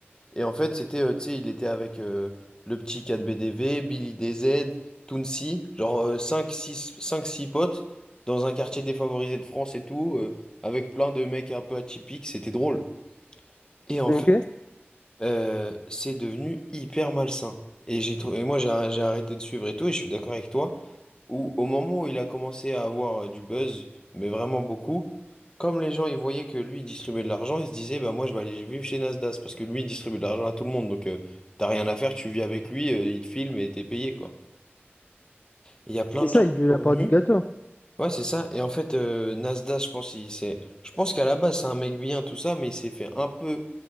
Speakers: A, on the left; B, on the left.
A: Et en fait, c'était, euh, tu sais, il était avec euh, le petit 4BDV, Billy DZ, Tounsi, genre euh, cinq, six, cinq, six potes dans un quartier défavorisé de France et tout, euh, avec plein de mecs un peu atypiques, c'était drôle. Et en
B: Ok.
A: fait, euh, c'est devenu hyper malsain. Et j'ai trou- et moi, j'ai arr- j'ai arrêté de suivre et tout, et je suis d'accord avec toi où au moment où il a commencé à avoir euh, du buzz, mais vraiment beaucoup, comme les gens ils voyaient que lui il distribuait de l'argent, ils se disaient bah moi je vais aller vivre chez Nasdaq parce que lui il distribue de l'argent à tout le monde, donc euh, t'as rien à faire, tu vis avec lui, euh, il te filme et t'es payé quoi. Il y a plein
B: C'est
A: de
B: ça,
A: gens qui
B: il veut la
A: sont
B: part
A: venus.
B: du gâteau.
A: Ouais, c'est ça. Et en fait, euh, Nasdaq, je pense, il s'est... je pense qu'à la base, c'est un mec bien, tout ça, mais il s'est fait un peu